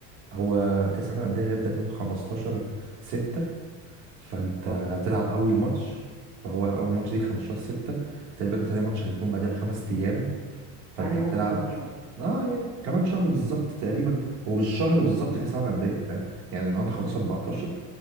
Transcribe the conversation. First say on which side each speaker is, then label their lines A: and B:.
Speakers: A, on the right; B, on the right.
A: هو كاس العالم للانديه هيبدا يوم 15 6 فانت
B: اه
A: هتلعب اول ماتش فهو اول ماتش ليك 15 6 تقريبا تاني ماتش هيكون بعدها بخمس ايام فانت
B: يعني
A: هتلعب
B: ممكن كمان شهر
A: اه يعني كمان شهر بالظبط تقريبا هو بالشهر بالظبط كاس العالم للانديه فاهم يعني النهارده خلاص 14